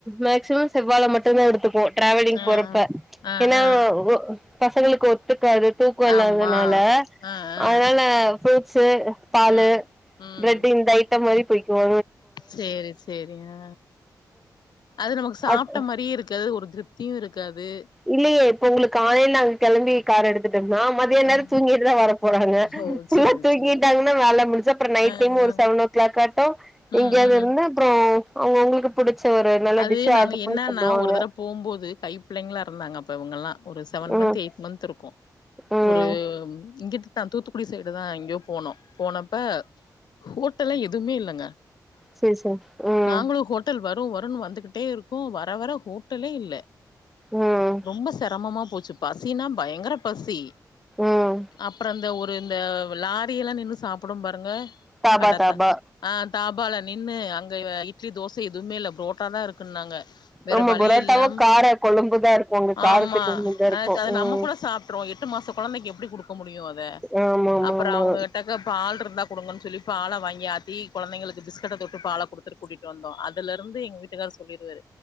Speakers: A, in the centre; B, on the left (about 80°).
A: மேக்சிமம் செவ்வாழ மட்டுதா எடுத்துப்போம் டிராவலிங்
B: ஆ
A: போறப்ப
B: ஆ ஆ
A: ஏன்னா
B: ஆ
A: பசங்களுக்கு ஒத்துக்காது தூக்கோ இல்லாதனால
B: ஆமா ஆ ஆ
A: அதனால ஃப்ரூட்ஸீ பாலு
B: ஆ ம்
A: பிரெட் இந்த ஐட்டோ மாரி போய்குவோ
B: சேரி சேரி அ அது நமக்கு சாப்ட்
A: அத்
B: மாரியே இருக்காது ஒரு திருப் தீவு இருக்காது
A: இல்லையே இப்ப உங்களுக்கு காலைல அங்க கெளம்பி கார் எடு த்து நா மதிய நேரோ
B: ஆ
A: தூங்கிட்டுதா வர போறாங்க
B: ஓ
A: ஃபுல்லா
B: சேரி
A: தூங்கிட்டா
B: சேரி
A: வேல முடிச்சா அப்றோ நைட்
B: ஆ
A: டைமு
B: ஆ
A: சேவனோ ல கட்டு எங்கேயாவது
B: ம் ம்
A: இருந்தா அவுங்க அவுங்களுக்கு புடிச்ச ஒரு நல்ல
B: அது
A: டிஷ
B: நாங்க
A: ஆர்டர் பண்ணி
B: என்னன்னா
A: சாப்டுவாங்க
B: ஒரு தடவ போம்போது கைப்பிள்ளைங்களா இருந்தாங்க அப்ப இவுங்கல்லா ஒரு செவன்
A: ம்
B: மந்த் எயிட் மந்துருக்கு
A: ம்
B: ஒரு இங்கிட்ட தா தூத்துக்குடி சைடு தா எங்யோ போனோ போன ம்ம் ஹோட்டல எதுவுமே இல்லங்க
A: சேரி சேரி ம்
B: நாங்களு ஹோட் டல் வரு வருன்னு வந்துகிட்டே இருக்கோ வர வர ஹோட்டலே இல்ல
A: ம்
B: ரொம்ப செரமமா போச்சு பசினா பயங்கர பசி
A: ம்
B: அப்றோ இந்த ஒரு இந்த லாரி எல்லா நின்னு சாப்புடும் பாருங்க
A: தாபா
B: கடத்த
A: தாபா
B: ஆ தாபால நின்னு அங்க இட்லி தோச எதுவுமே இல்ல புரோ ட்டா தா இருக்குன்னாங்க வேற
A: ஆமா
B: வழி
A: புரோட்டாவு
B: இல்லாம்
A: கார கொழும்புதா இருக்கு அங்க காரத்துக்கு
B: ஆமா
A: கொழும்புதா இருக்கு
B: ஆ அத நம்ம
A: ம்
B: கூட சாப் அப்றோ எட்டு மாசோ கொழந்தைக்கு எப்டி குடுக்க முடியு அத
A: ஆமா ஆமா
B: அப்பறோ
A: ஆமா
B: அவுங்க கிட்ட பால் இருந்தா குடுங்கன்னு சொல்லி பால வாங்கி ஆத்தி கொழந்தைங்களுக்கு பிஸ்கட்ட தொட்டு பால குடுத்து கூட்டிட்டு வந்தோ அதுல இருந்து எங்க வீட் டுக்காரு சொல்லிடுவாரு